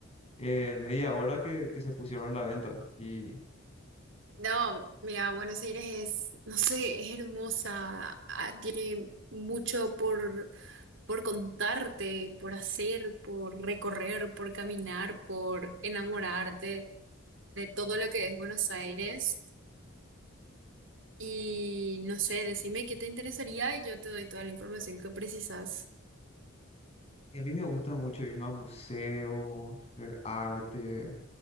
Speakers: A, on the left; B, on the right.
A: en media hora que, que se pusieron a la venta. Y,
B: No, mira, Buenos Aires es, no sé, es hermosa, ah, tiene mucho por, por contarte, por hacer, por recorrer, por caminar, por enamorarte. de todo lo que es Buenos Aires. Y no sé, decime qué te interesaría y yo te doy toda la información que precisas.
A: y a mí me gusta mucho ir más a museos, ver arte.